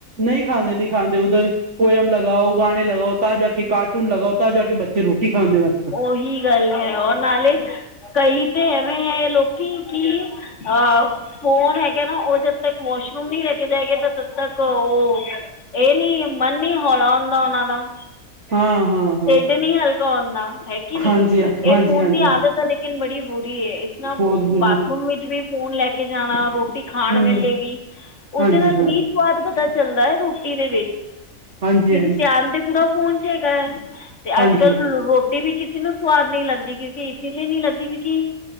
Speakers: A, on the right (about 50°); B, on the left (about 50°).
A: ਨਹੀਂ ਖਾਂਦੇ ਨਹੀਂ ਖਾਂਦੇ ਉੱਧਰ। ਪੋਇਮ ਲਗਾਓ ਗਾਣੇ ਲਗਾਓ ਤਾਂ ਜਾ ਕੇ ਕਾਰਟੂਨ ਲਗਾਓ ਤਾਂ ਜਾ ਕੇ ਬੱਚੇ ਰੋਟੀ ਖਾਂਦੇ ਅੱਜ ਕੱਲ।
B: ਉਹੀ ਗੱਲ ਹੈ ਉਹ ਨਾਲੇ ਕਈ ਤੇ ਐਵੇਂ ਹੈ ਲੋਕੀ ਕੀ। ਆਹ। ਫੋਨ ਹੈਗਾ ਨਾ ਉਹ ਜਦ ਤੱਕ ਵਾਸ਼ਰੂਮ ਨਹੀਂ ਲੈ ਕੇ ਜਾਏਗਾ ਤਦ ਤੱਕ ਉਹ। ਇਹ ਨੀ ਮਨ ਹੀ ਹੌਲਾ ਹੁੰਦਾ ਉਹਨਾਂ ਦਾ।
A: ਹਾਂ- ਹਾਂ। ਹਾਂ
B: ਢਿੱਡ ਨੀ ਹਲਕਾ ਹੁੰਦਾ ਹੈ ਕੀ ਨੀ
A: ਹਾਂਜੀ ਹਾਂਜੀ
B: ਇਹ ਫੋਨ
A: ਹਾਂਜੀ
B: ਦੀ ਆਦਤ ਆ, ਲੇਕੀਨ ਬੜੀ ਬੁਰੀ ਹੈ ਇਸ ਤਰਾਂ
A: ਬਹੁਤ ਬੁਰੀ
B: ਬਾਥਰੂਮ ਵਿੱਚ ਵੀ ਫੋਨ ਲੈ ਕੇ ਜਾਣਾ, ਰੋਟੀ- ਖਾਣ
A: ਹਮ
B: ਵੇਲੇ ਵੀ ਉਸਦੇ
A: ਹਾਂਜੀ
B: ਨਾਲ
A: ਹਾਂਜੀ
B: ਕੀ ਸਵਾਦ ਪਤਾ ਚੱਲਦਾ ਹੈ ਰੋਟੀ ਦੇ ਵਿੱਚ।
A: ਹਾਂਜੀ
B: ਕਿਉਂਕਿ
A: ਹਾਂਜੀ
B: ਧਿਆਨ ਤੇ ਪੂਰਾ ਫੋਨ ਚ ਹੈਗਾ ਹੈ, ਤੇ
A: ਹਾਂਜੀ
B: ਅੱਜ ਕੱਲ ਰਟੀ ਵੀ ਕਿਸੇ ਨੂੰ ਸਵਾਦ ਨੀ ਲੱਗਦੀ ਕਿਉਂਕਿ ਇਸ ਲਈ ਨੀ ਲੱਦੀ ਕਿਉਂਕਿ,